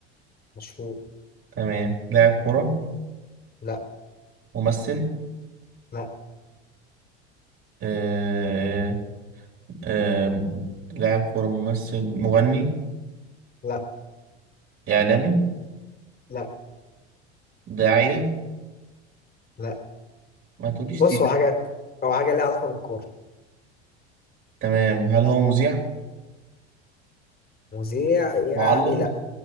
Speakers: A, on the left; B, on the right.
A: مشهور
B: تمام لاعب كرة
A: لا
B: ممثل
A: لا
B: آه آه لاعب كرة ممثل مغني
A: لا
B: إعلامي
A: لا
B: داعية
A: لا
B: ما تقوليش
A: بص
B: سيرة
A: هو حاجه هو حاجه ليها علاقه بالكوره
B: تمام هل هو مذيع
A: مذيع يعني
B: معلق
A: لا